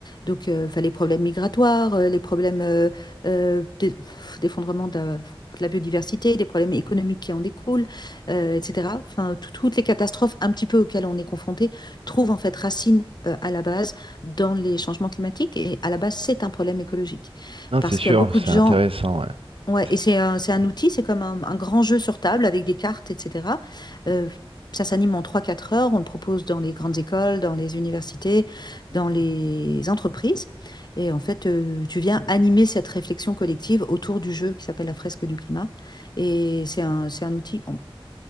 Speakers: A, on the left; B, on the right.
A: Donc, euh, enfin, les problèmes migratoires, euh, les problèmes euh, euh, d'e- d'effondrement de la, de la biodiversité, des problèmes économiques qui en découlent, euh, etc. Enfin, tout- toutes les catastrophes un petit peu auxquelles on est confronté trouvent en fait racine euh, à la base dans les changements climatiques et à la base, c'est un problème écologique
B: non,
A: parce
B: c'est sûr,
A: qu'il y a beaucoup
B: c'est
A: de gens
B: intéressant. ouais.
A: Ouais,
B: C'est-
A: et c'est un, c'est un outil, c'est comme un, un grand jeu sur table avec des cartes, etc. Euh, ça s'anime en trois quatre heures, on le propose dans les grandes écoles, dans les universités, dans les entreprises. Et en fait, euh, tu viens animer cette réflexion collective autour du jeu qui s'appelle la fresque du climat. Et c'est un, c'est un outil en-